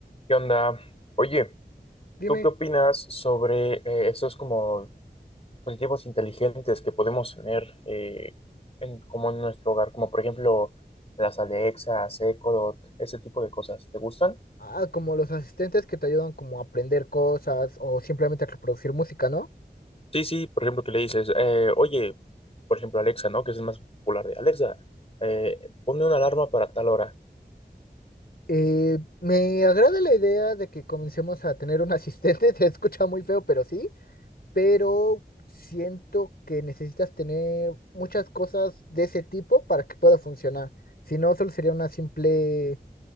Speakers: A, on the left; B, on the left.
A: ¿Qué onda? Oye,
B: Dime,
A: ¿tú qué opinas sobre eh, esos como dispositivos inteligentes que podemos tener eh, en, como en nuestro hogar? Como por ejemplo las Alexas, Echo Dot, ese tipo de cosas. ¿Te gustan?
B: ah, como los asistentes que te ayudan como a aprender cosas o simplemente a reproducir música, ¿no?
A: Sí, sí, por ejemplo, que le dices, eh, oye, por ejemplo, Alexa, ¿no? Que es el más popular de Alexa, eh, ponme una alarma para tal hora.
B: Eh, me agrada la idea de que comencemos a tener un asistente, <laughs> te escucha muy feo, pero sí, pero siento que necesitas tener muchas cosas de ese tipo para que pueda funcionar. Si no, solo sería una simple